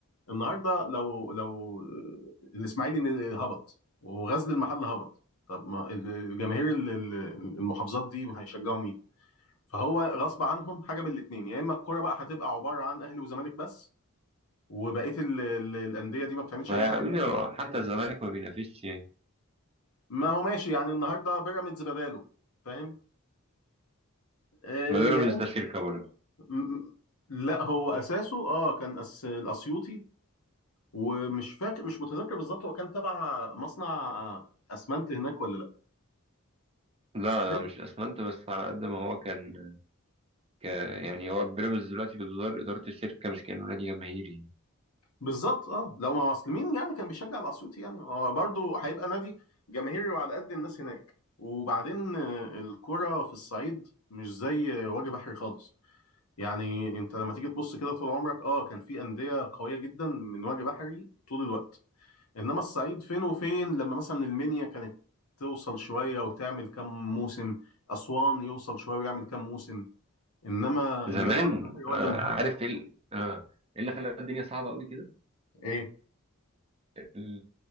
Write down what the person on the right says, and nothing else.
ما
يعني
حتى الزمالك ما بينافسش يعني
ما بيراميدز
ده شركه برضه
لا
لا مش اسمنت بس على قد ما هو كان ك- يعني هو بيراميدز دلوقتي بتدار إدارة الشركة مش كأنه نادي جماهيري يعني.
زمان
آه،
عارف ايه ال- آه، ايه اللي خلى الدنيا صعبة قوي كده
ال-